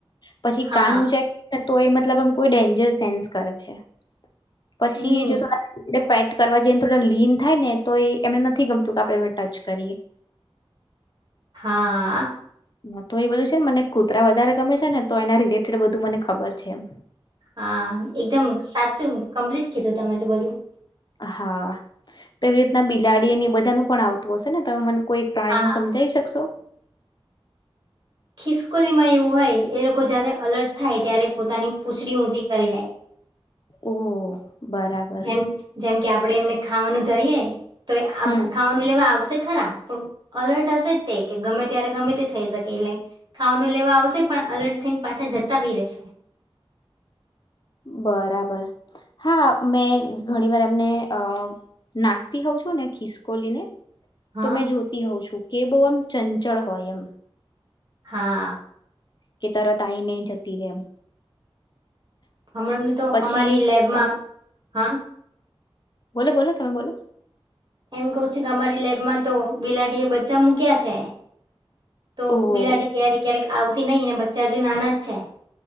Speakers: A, on the left; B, on the right.
A: પછી
B: હા
A: કાન ઊંચાઈ તો એ મતલબ આમ કોઈ ડેન્જર સેન્સ કરે છે પછી
B: હમ
A: જો થ એ પેટ કરવા જઈને થોડા લીન થાય ને તો એ એમને નથી ગમતું કે આપણેે એ ટચ કરીએ <unintelligible> <inaudible>
B: હા
A: ના તો એ બધું છે ને મને કૂતરા વધારે ગમે છે ને તો એના રિલેટેડ બધું મને ખબર છેમ
B: હા એકદમ કમ્પ્લીટ કીધું તમે તો બધું
A: હા તો એવી રીતના બિલાડી એ બધાનું પણ આવતું હશે ને તમને કોઈ પ્રાણી
B: હા
A: નું સમજાઈ શકશો
B: ખિસકોલીમાં એવું હોય એ લોકો જયારે અલર્ટ થાય ત્યારે પોતાની પૂછડી ઊચી કરી લેય
A: ઓહ બરાબર
B: જેમ જેમ કે આપણેે એમને ખાવાનું ધરીય તો ખાવાનું
A: હમ
B: લેવા આવશે ખરા પણ અલર્ટ હશે જ તે કે ગમે ત્યારે ગમે તે થઈ શકે એટલે ખાવાનું લેવા આવશે પણ અલર્ટ થઈને પાછા જતા બી રહેશે
A: બરાબર હા મેં ઘણી વાર એમને અ નાખતી હોઉં છો ને ખિસકોલીને
B: હા
A: તો મેં જોતી હોઉં છું કે બહું આમ ચંચળ હોય એમ
B: હા
A: કે તરત આ આવીને જતી રહે એમ
B: હમણાં તો
A: પછી
B: અમારી લેબમાં
A: અ
B: હા
A: બોલો બોલો તમે બોલો
B: એમ કહું છું કે અમારી લેબમાં તો બિલાડી એ બચ્ચા મૂક્યા છે તો
A: ઓહ
B: બિલાડી ક્યારેક ક્યારેક આવતી નહી અને બચ્ચા હજુ નાના જ